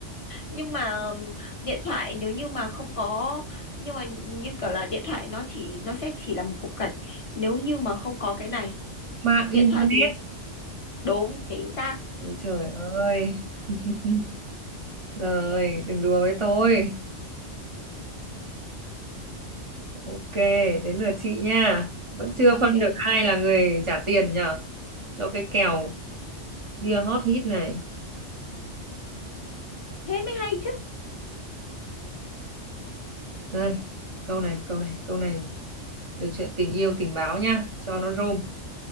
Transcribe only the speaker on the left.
nhưng mà ừm, điện thoại nếu như mà không có nhưng mà như kiểu là điện thoại nó chỉ nó sẽ chỉ là một cục gạch nếu như mà không có cái này
điện
thoại thì đúng chính xác
ok
thế mới hay chứ